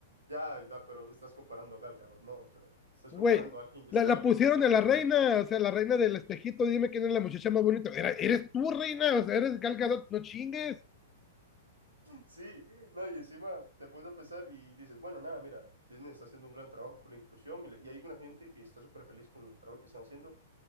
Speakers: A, on the right; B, on the left.
A: ya, ya, pero estás comparando a Gal Gadot, no, o sea, estás
B: Güey,
A: comparando a alguien que
B: la,
A: está
B: la
A: en
B: pusieron
A: un estándar
B: a la
A: muy
B: reina,
A: alto.
B: o sea, la reina del espejito, dime quién es la muchacha más bonita. Era- eres tú, reina, o sea, eres Gal Gadot, no chingues.
A: Sí, no, y encima te puedes a pensar y dices, bueno, nada, mira, Disney está haciendo un gran trabajo con la inclusión mira, y hay una gente que está súper feliz con el trabajo que están haciendo,